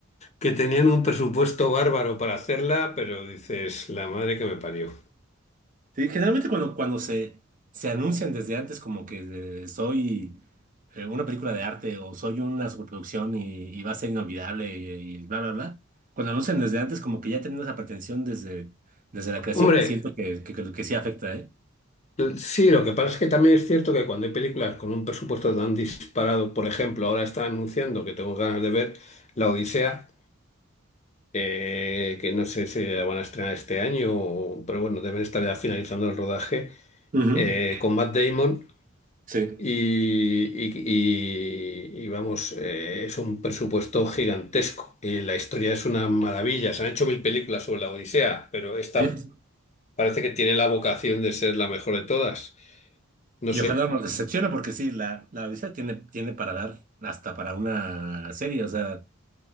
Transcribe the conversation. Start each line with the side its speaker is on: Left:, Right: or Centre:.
Left: que tenían un presupuesto bárbaro para hacerla, pero dices, la madre que me parió.
Right: Sí, generalmente cuando, cuando se, se anuncian desde antes como que eh, soy eh, una película de arte o soy una superproducción y, y va a ser inolvidable y, y bla, bla, bla, cuando anuncian desde antes como que ya tienen esa pretensión desde, desde la creación,
Left: Hombre,
Right: siento que, que, que, lo que sí afecta, ¿eh?
Left: l- sí, lo que pasa es que también es cierto que cuando hay películas con un presupuesto tan disparado, por ejemplo, ahora está anunciando que tengo ganas de ver La Odisea, eh, que no sé si la van a estrenar este año, o- pero bueno, deben estar ya finalizando el rodaje,
Right: Ujú,
Left: eh, con Matt Damon.
Right: Sí.
Left: Y, y- y- y vamos, eh, es un presupuesto gigantesco. Eh, la historia es una maravilla. Se han hecho mil películas sobre la Odisea, pero esta
Right: Sí.
Left: parece que tiene la vocación de ser la mejor de todas. No
Right: Y
Left: sé.
Right: ojalá no nos decepcione porque sí, la, la Odisea tiene, tiene para dar hasta para una serie, o sea,